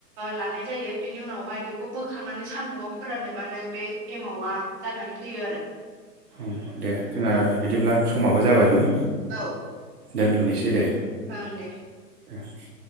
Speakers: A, on the right (about 25°); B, on the right (about 65°).
A: लानाय जायो बिनि उनावहाय बेखौ बोखांनानै सान्दुाव फोराननोबानो बे एमावा जानानै फैयो आरो।
B: उम दे जोंहा
A: औ
B: बिदिब्ला समाबो जाबायमोन
A: औ
B: दोनथ'नोसै दे
A: ओं दे
B: आ <unintelligible>